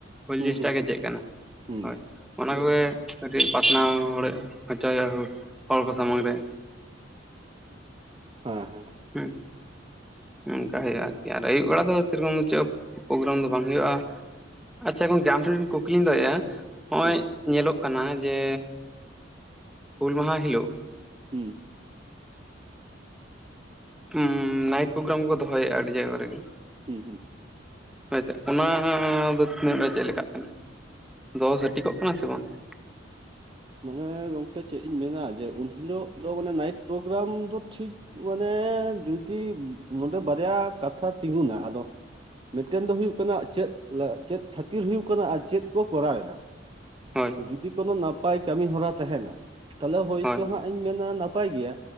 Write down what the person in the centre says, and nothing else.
ᱦᱩᱞ
ᱡᱤᱱᱤᱥᱴᱟᱜ
ᱜᱮ
ᱪᱮᱫ ᱠᱟᱱᱟ
ᱦᱳᱭ ᱚᱱᱟ ᱠᱚᱜᱮ ᱠᱟᱹᱴᱤᱡ ᱯᱟᱥᱱᱟᱣ ᱦᱚᱲᱮᱫ ᱦᱚᱪᱚᱭ ᱦᱩᱭᱩᱜᱼᱟ ᱦᱚᱲ ᱠᱚ ᱥᱟᱢᱟᱝ ᱨᱮ
ᱦᱮᱸ ᱚᱱᱠᱟ ᱦᱩᱭᱩᱜᱼᱟ ᱟᱨ ᱠᱤ ᱟᱫᱚ ᱟᱹᱭᱩᱵ ᱵᱮᱲᱟ ᱫᱚ ᱥᱮᱭᱨᱚᱠᱚᱢ ᱫᱚ ᱪᱮᱫ ᱯᱨᱳᱜᱨᱟᱢ ᱫᱚ ᱵᱟᱝ ᱦᱩᱭᱩᱜᱼᱟ ᱟᱪᱪᱷᱟ ᱜᱚᱢᱠᱮ ᱟᱢ ᱴᱷᱮᱱ ᱠᱩᱠᱞᱤ ᱫᱚᱦᱚᱮᱭᱟ ᱱᱚᱜᱼᱚᱭ
ᱧᱮᱞᱚᱜ ᱠᱟᱱᱟ ᱡᱮ ᱦᱩᱞ ᱢᱟᱦᱟ ᱦᱤᱞᱳᱜ
ᱦᱮᱸ ᱱᱟᱭᱴ ᱯᱨᱳᱜᱨᱟᱢ ᱠᱚ ᱫᱚᱦᱚᱭᱮᱫᱼᱟ ᱟᱹᱰᱤ ᱡᱟᱭᱜᱟ ᱠᱚᱨᱮᱫ ᱜᱮ
ᱟᱪᱪᱷᱟ ᱚᱱᱟ ᱫᱚ ᱛᱤᱱᱟᱹᱜ ᱜᱟᱱ ᱪᱮᱫ ᱞᱮᱠᱟᱜ ᱠᱟᱱᱟ ᱫᱚ ᱦᱟᱹᱴᱤᱠᱚᱜ ᱠᱟᱱᱟ ᱥᱮ ᱵᱟᱝ <unintelligible>
ᱦᱳᱭ
ᱦᱳᱭ